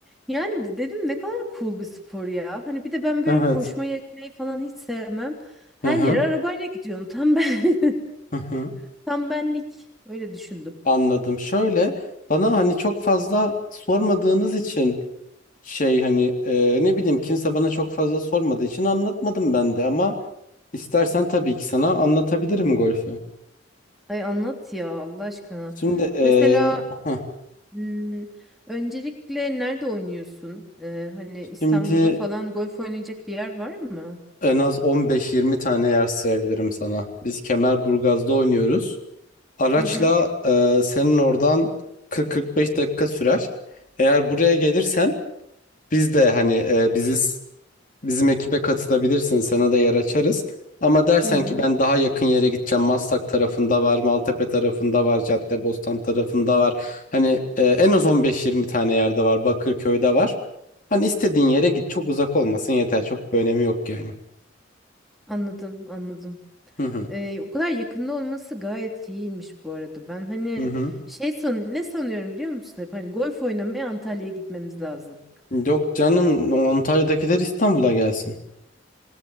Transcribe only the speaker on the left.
Evet.
Hı hı.
Hı hı.
Anladım. Şöyle bana hani çok fazla sormadığınız için şey hani e, ne bileyim kimse bana çok fazla sormadığı için anlatmadım ben de ama istersen tabii ki sana anlatabilirim golfü.
Şimdi e,
heh,
şimdi
en az 15-20 tane yer sayabilirim sana. Biz Kemerburgaz'da oynuyoruz. Araçla
e, senin oradan 40-45 dakika sürer. Eğer buraya gelirsen biz de hani e, bizi Bizim ekibe katılabilirsin. Sana da yer açarız. Ama dersen
ki ben daha yakın yere gideceğim. Maslak tarafında var, Maltepe tarafında var, Caddebostan tarafında var. Hani e, en az 15-20 tane yerde var. Bakırköy'de var. Hani istediğin yere git. Çok uzak olmasın yeter. Çok bir önemi yok yani.
Hı hı.
Hı hı.
Yok canım Antalya'dakiler İstanbul'a gelsin.